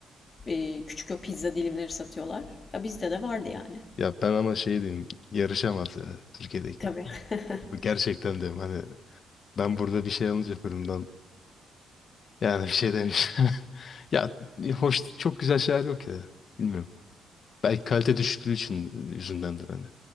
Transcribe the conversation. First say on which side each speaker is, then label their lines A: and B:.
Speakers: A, on the left (about 35°); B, on the left (about 50°).
A: e, küçük o pizza dilimleri satıyorlar. Ya bizde de vardı yani.
B: Ya ben ama şey diyeyim yarışamaz ya Türkiye'deki.
A: Tabii. <laughs>
B: Gerçekten diyorum hani ben burada bir şey alınca fırından Yani bir şey demiş. <laughs> Ya hoş çok güzel şeyler yok ya. Bilmiyorum. Belki kalite düşüklüğü için yüzündendir hani.